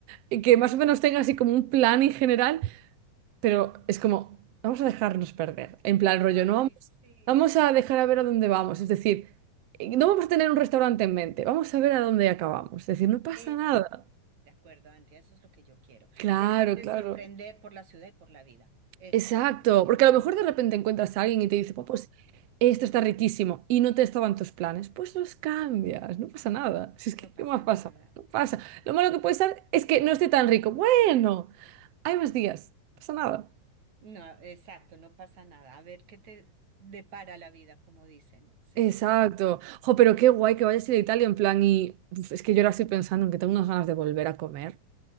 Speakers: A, on the right (about 75°); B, on the right (about 55°).
A: y que más o menos tenga así como un plan en general. Pero es como, vamos a dejarnos perder. En plan, rollo,
B: Ay,
A: no vamos,
B: sí,
A: vamos a dejar a ver a dónde vamos. Es decir, eh, no vamos a tener un restaurante en mente, vamos a ver a dónde acabamos. Es decir, no pasa
B: eso
A: nada.
B: es. De acuerdo, Antia, eso es lo que yo quiero.
A: Claro,
B: Dejarte
A: claro.
B: sorprender por la ciudad y por la vida. Eso
A: Exacto.
B: es lo que yo quiero.
A: Porque a lo mejor de repente encuentras a alguien y te dice, "Buah, pues esto está riquísimo y no te estaban tus planes. Pues los cambias, no pasa nada. Si es
B: No
A: que,
B: pasa
A: ¿qué más pasa?
B: nada.
A: No pasa. Lo malo que puede ser es que no esté tan rico. Bueno, hay más días, no pasa nada.
B: No, exacto, no pasa nada. A ver qué te depara la vida, como dicen, ¿sí?
A: Exacto. Jo, pero qué guay que vayas a ir a Italia en plan y uf, es que yo ahora estoy pensando en que tengo unas ganas de volver a comer